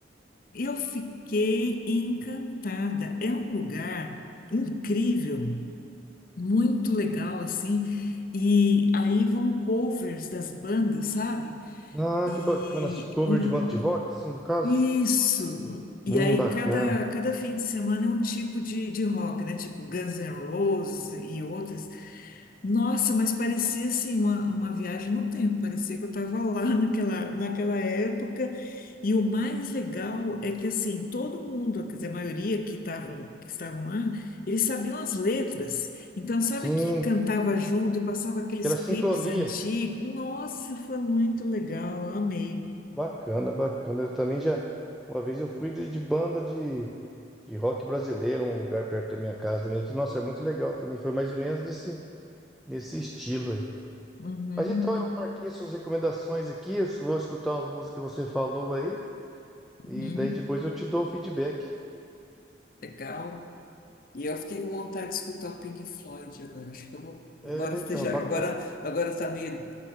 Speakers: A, on the left (about 50°); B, in the centre.
A: Eu fiquei encantada. É um lugar incrível, muito legal, assim. E aí vão covers das bandas, sabe?
B: Ah,
A: E
B: que bacana. As Cover
A: hum,
B: de banda de rock, assim, no caso.
A: isso.
B: Hum,
A: E aí
B: bacana.
A: cada, cada fim de semana é um tipo de, de rock, né? Tipo Guns N' Roses e outros. Nossa, mas parecia assim uma, uma viagem no tempo, parecia que eu estava lá <laughs> naquela, naquela época. E o mais legal é que assim, todo mundo, quer dizer, a maioria que estavam que estavam lá, eles sabiam as letras. Então, sabe
B: Sim,
A: que cantava junto e passava aqueles
B: pela
A: clipes
B: sincronia.
A: antigos? Nossa, foi muito legal, amei.
B: Bacana, bacana. Eu também já. Uma vez eu fui de, de banda de, de rock brasileiro, num lugar perto da minha casa também, que, nossa, é muito legal também. Foi mais ou menos nesse, nesse estilo aí.
A: Uhum,
B: Mas então eu marquei suas recomendações aqui, eu vou escutar as músicas que você falou aí, e
A: uhum,
B: daí depois eu te dou o feedback.
A: legal. E eu fiquei com vontade de escutar o Pink Floyd agora. Acho que eu vou, embora
B: É,
A: esteja.
B: então, é bacana,
A: Agora, agora tá meio,